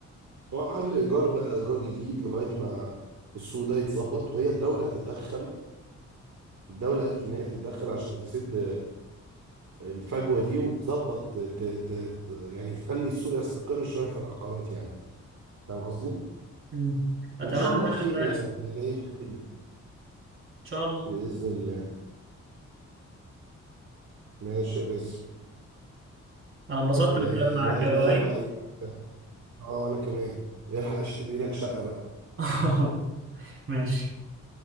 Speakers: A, on the right (about 60°); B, on the right (about 45°).
A: هو حل ايجار بقى ايجار جديد لغاية ما السوق ده يتظبط وهي الدولة هتتدخل الدولة قالت ان هي هتتدخل عشان تسد الفجوه دي وتظبط ت- ت- ت- يعني تخلي السوق يستقر شويه في العقارات يعني فاهم قصدي؟
B: مم. أتمنى
A: وان شاء الله
B: فعلا
A: خير
B: ده
A: يعني
B: يحصل
A: اللي جاي خير
B: إن شاء الله
A: باذن الله ماشي يا باسم
B: أنا انبسطت
A: آه،
B: بالكلام معاك
A: الواحد
B: يا لؤي
A: بقى يلحق يلحق- اه وانا كمان يلحق اشتري لك شقه بقى
B: <laughs> ماشي